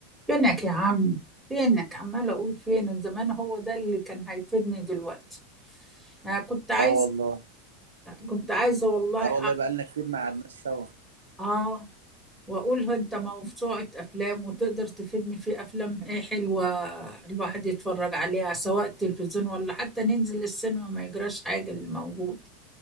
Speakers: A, in the centre; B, on the right (about 80°).
A: فينك يا عم فينك عمال اقول فينك زمان هو ده اللي كان هيفيدني دلوقتي انا كنت عايز
B: اه والله
A: كنت عايزه والله
B: اه والله
A: أ-
B: بقالنا كتير ما قعدناش سوا
A: اه واقول له انت موسوعة افلام وتقدر تفيدني في افلام ايه حلوة الواحد يتفرج عليها سواء التلفزيون ولا حتى ننزل السينما ما يجراش حاجة اللي موجود